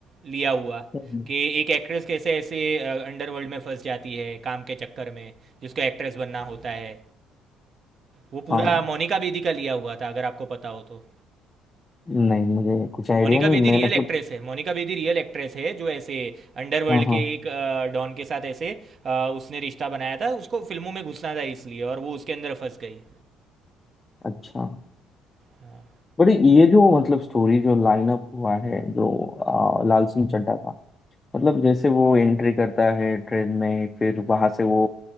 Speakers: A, on the right; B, on the left.
A: लिया हुआ
B: हम्म,
A: कि एक एक्ट्रेस कैसे ऐसे अंडरवर्ल्ड में फंस जाती है काम के चक्कर में जिसको एक्ट्रेस बनना होता है वो पूरा
B: हाँ
A: मोनिका बेदी का लिया हुआ था अगर आपको पता हो तो
B: नहीं मुझे कुछ आइडिया
A: मोनिका
B: नहीं
A: बेदी
B: मैं
A: रियल
B: मतलब
A: एक्ट्रेस है मोनिका बेदी रियल एक्ट्रेस है जो ऐसे अंडरवर्ल्ड
B: हाँ हाँ
A: के एक अ, डॉन के साथ ऐसे अ, उसने रिश्ता बनाया था उसको फिल्मों में घुसना था इसलिए और वो उसके अंदर फंस गई
B: अच्छा
A: हाँ
B: बट ये जो मतलब स्टोरी जो लाइनअप हुआ है जो आ, लाल सिंह चड्ढा का मतलब जैसे वो एंट्री करता है ट्रेन में फिर वहां से वो